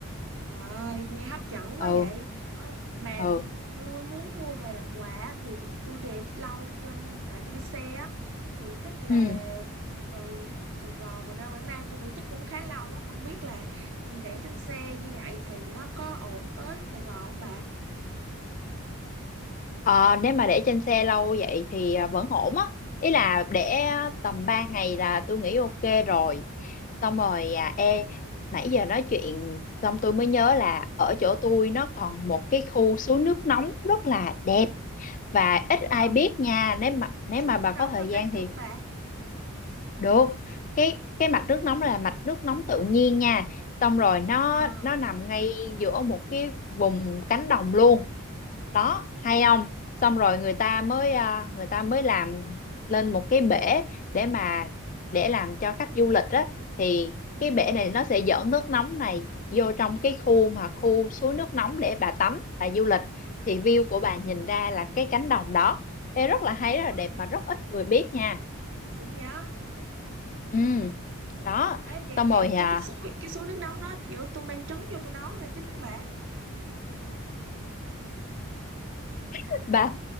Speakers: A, on the right (about 55°); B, on the left (about 35°).
A: Trời ơi, nghe hấp dẫn quá
B: ừ
A: vậy. Ơi, mà
B: ừ
A: tôi muốn mua về làm quà thì tôi để lâu trên tại tôi đi xe á thì chắc là
B: ừ
A: từ Sài Gòn mà ra Quảng Nam tôi nghĩ chắc cũng khá lâu á, không biết là để trên xe như vậy thì nó có ổn tới Sài Gòn không bà?
B: ờ, nếu mà để trên xe lâu vậy thì à, vẫn ổn á ý là để
A: Ừ.
B: à, tầm 3 ngày là tôi nghĩ ok rồi xong rồi à ê nãy giờ nói chuyện xong tôi mới nhớ là ở chỗ tôi nó còn một cái khu suối nước nóng rất là đẹp và ít
A: À,
B: ai biết nha nếu mà nếu
A: xuống
B: mà
A: nước
B: bà
A: nóng
B: có thời
A: hơi
B: gian
A: tắm
B: thì
A: được không bà?
B: được cái cái mạch nước nóng là mạch nước nóng tự nhiên nha xong rồi nó
A: À.
B: nó nằm ngay giữa một cái vùng cánh đồng luôn đó hay không xong rồi người ta mới à, người ta mới làm lên một cái bể để mà
A: Ừ.
B: để làm cho khách du lịch á thì
A: Ừ.
B: cái bể này nó sẽ dẫn nước nóng này vô trong cái khu mà khu suối nước nóng để bà tắm bà du lịch thì view của bà nhìn ra là cái cánh đồng đó Ê, rất là hay
A: Rồi,
B: rất là đẹp mà rất ít người biết nha
A: xin nhớ.
B: ừ đó
A: ấy vậy
B: xong rồi
A: vậy
B: à,
A: tôi cái suối cái suối nước nóng nó kiểu tôi mang trứng vô tôi nấu rồi chín không bà?
B: <laughs> bà